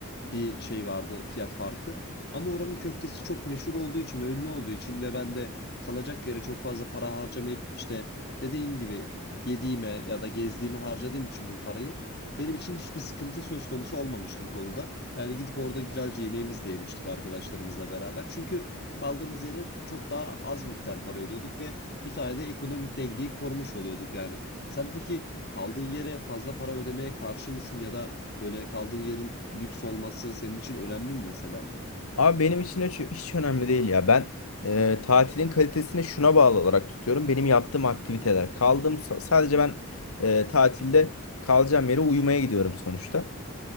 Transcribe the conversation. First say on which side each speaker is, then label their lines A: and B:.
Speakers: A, on the left; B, on the left.
A: bir şey vardı fiyat farkı. Ama oranın köftesi çok meşhur olduğu için ve ünlü olduğu için ve ben de kalacak yere çok fazla para harcamayıp işte dediğim gibi yediğime ya da gezdiğime harcadığım için bu parayı benim için hiçbir sıkıntı söz konusu olmamıştı bu konuda. Yani gidip orada güzelce yemeğimizi de yemiştik arkadaşlarımızla beraber. Çünkü kaldığımız yere çok daha az miktar para ödüyorduk ve bu sayede ekonomik dengeyi korumuş oluyorduk yani. Sen peki kaldığın yere fazla para ödemeye karşı mısın ya da Böyle kaldığın yerin lüks olması senin için önemli mi mesela?
B: Abi benim için hiç, hiç önemli değil ya. Ben e, tatilin kalitesini şuna bağlı olarak tutuyorum. Benim yaptığım aktiviteler. Kaldığım sa- sadece ben e, tatilde kalacağım yere uyumaya gidiyorum sonuçta.